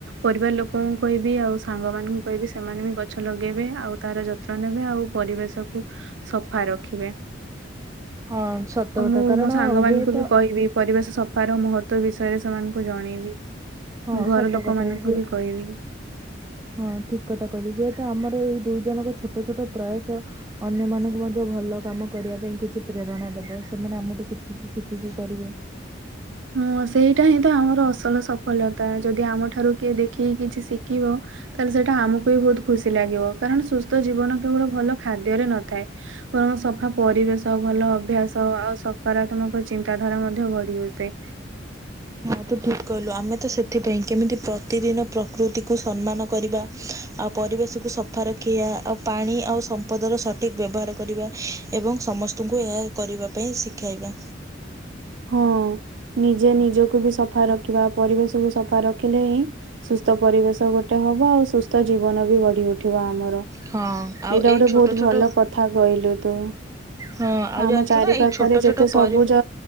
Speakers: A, on the right; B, on the right.
A: ପରିବାର ଲୋକ ମୁ କହିବି ଆଉ ସାଙ୍ଗ ମାନଙ୍କୁ କହିବି ସେମାନେ ବି ଗଛ ଲଗେଇବେ। ଆଉ ତାର ଯତ୍ନ ନେବେ ଆଉ ପରିବେଶକୁ ସଫା ରଖିବେ।
B: ହଁ ସତ
A: ଆଉ
B: କଥା
A: ମୁଁ
B: କାରଣ
A: ମୋ ସାଙ୍ଗ ମାନଙ୍କୁ
B: ହୁଏତ
A: ବି କହିବି ପରିବେଶ ସଫାର ମହ ତ୍ୱ ବିଷୟରେ ସେମାନଙ୍କୁ ଜଣେଇବି।
B: ହଁ
A: ମୁଁ ଘର
B: ସତ
A: ଲୋକ
B: କଥା
A: ମାନଙ୍କୁ
B: ହୁଏ
A: ବି କହିବି।
B: ହଁ ଠିକ କଥା କହିଲୁ। ହୁଏ ତ ଆମର ଏଇ ଦୁଇ ଜଣଙ୍କ ଛୋଟ ଛୋଟ ପ୍ରୟାସ ଅନ୍ୟ ମାନଙ୍କୁ ମଧ୍ୟ ଭଲ କାମ କରିବା ପାଇଁ କିଛି ପ୍ରେରଣା ଦବ। ସେମାନେ ଆମଠୁ କିଛି ଶିଖିକି କରିବେ।
A: <inaudible> ହଁ ସେଇଟା ହିଁ ତ ଆମର ଅସଲ ସଫଲ୍ୟତା ଯଦି ଆମଠାରୁ କିଏ ଦେଖିକି କିଛି ଶିଖିବ। ତାହେଲେ ସେଇଟା ଆମକୁ ବିି ବହୁତ ଖୁସି ଲାଗିବ। କାରଣ ସୁସ୍ଥ ଜୀବନ କେବଳ ଭଲ ଖାଦ୍ୟରେ ନଥାଏ। ବରଂ ସଫା ପରିବେଶ ଭଲ ଅଭ୍ୟାସ ଆଉ ସକାରାତ୍ମକ ଚିନ୍ତାଧାରା ମଧ୍ୟ ଗଢି ଅଛି। ସେ
B: ହଁ ତୁ ଠିକ୍ କହିଲୁ ଆମେ ତ ସେଥିପାଇଁ କେମିତି ପ୍ରତିଦିନ ପ୍ରକୃତିକୁ ସମ୍ମାନ କରିବା। ଆଉ ପରିବେଶକୁ ସଫା ରଖିବା ଆଉ ପାଣି ଆଉ ସମ୍ପଦର ସଠିକ ବ୍ୟବହାର କରିବା। ଏବଂ ସମସ୍ତଙ୍କୁ ଏହା କରିବା ପାଇଁ ଶିଖାଇବା।
A: ହଁ ନିଜେ ନିଜକୁ ବି ସଫା ରଖିବା ପରିବେଶକୁୁ ସଫା ରଖିଲେ ହିଁ ସୁସ୍ଥ ପରିବେଶ ଗୋଟେ ହବ ଆଉ ସୁସ୍ଥ ଜୀବନ ବି ଗଢି ଉଠିବ ଆମର।
B: ହଁ ଆଉ
A: ଏଇଟା
B: ଏଇ
A: ଗୋଟେ
B: ଛୋଟ
A: ବହୁତ
B: ଛୋଟ
A: ଭଲ କଥା କହିଲୁ ତୁ।
B: ହଁ ଆଉ
A: ଆମ
B: ଜାଣିଛୁ
A: ଚାରି
B: ନା ଏଇ
A: ପାଖରେ
B: ଛୋଟ ଛୋଟ
A: ଯେତେ ସବୁଜ
B: ପରି